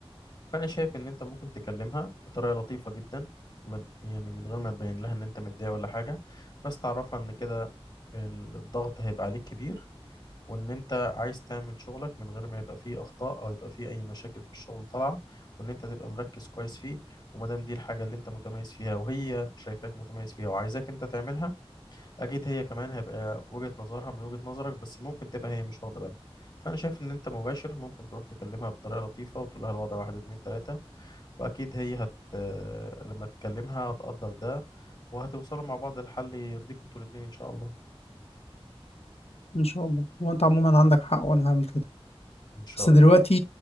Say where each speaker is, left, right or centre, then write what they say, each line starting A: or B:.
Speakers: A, on the left; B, on the left.
A: فانا شايف ان انت ممكن تكلمها بطريقه لطيفه جدا من- يعني من غير ما تبين لها ان انت متضايق ولا حاجه بس تعرفها ان كده ال- الضغط هيبقى عليك كبير وان انت عايز تعمل شغلك من غير ما يبقى فيه اخطاء او يبقى فيه اي مشاكل في الشغل طالعه وان انت تبقى مركز كويس فيه وما دام دي الحاجه اللي انت متميز فيها وهي شايفاك متميز فيها وعايزاك انت تعملها اكيد هي كمان هيبقى وجهة نظرها من وجهة نظرك بس ممكن تبقى هي مش واخده بالها فانا شايف ان انت مباشر ممكن تروح تكلمها بطريقه لطيفه وتقول لها الوضع واحد اتنين تلاته واكيد هي هت لما تكلمها هتقدر ده وهتوصلوا مع بعض لحل يرضيكم انتوا الاتنين ان شاء الله
B: إن شاء الله وأنت عموما عندك حق وأنا هعمل كده
A: ان شاء
B: بس دلوقتي
A: الله